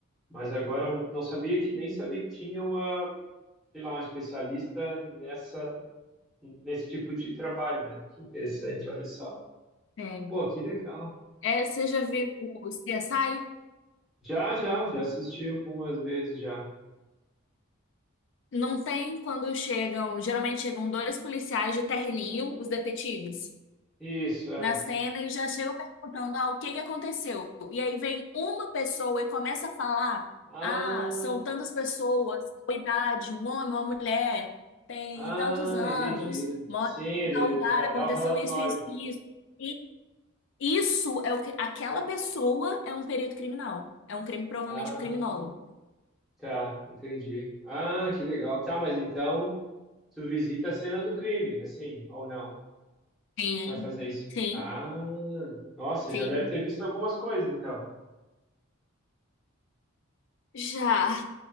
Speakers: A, in the centre; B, on the left.
A: Mas agora eu não sabia que nem sabia que tinha uma, sei lá, uma especialista nessa, nesse tipo de trabalho, né? Que interessante, olha só.
B: É.
A: Pô, que legal.
B: É, você já viu o CSI?
A: Já, já, já assisti algumas vezes já.
B: Não tem quando chegam, geralmente chegam dois policiais de terninho, os detetives,
A: Isso, é.
B: na cena e já chegam perguntando, ah, o que que aconteceu? E aí vem uma pessoa e começa a falar,
A: Ah,
B: ah, são tantas pessoas, tal idade, um homem, uma mulher, tem
A: ah,
B: tantos anos,
A: entendi.
B: mora
A: Sim, ele
B: em tal lugar,
A: já
B: aconteceu
A: dá o relatório.
B: isso, isso, isso. E isso é o que, aquela pessoa é um perito criminal, é um crime, provavelmente
A: Ah.
B: um criminólogo.
A: Tá, entendi. Ah, que legal. Tá, mas então tu visita a cena do crime, assim, ou não,
B: Sim,
A: para fazer isso.
B: sim,
A: Ah, nossa,
B: sim.
A: já deve ter visto algumas coisas, então.
B: Já.